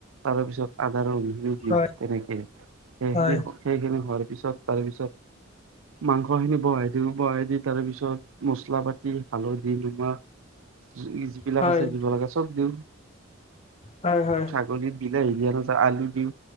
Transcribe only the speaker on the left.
হয়
হয়।
হয়
হয় হয়।